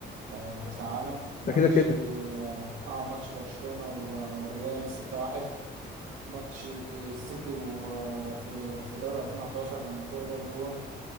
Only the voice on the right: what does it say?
آه، كاس العالم ماتش
اه آه، ماتش برشلونه و- والريال 6-1 ماتش السيتي وفي في في دوري 2011 لما اجويرو جاب الجون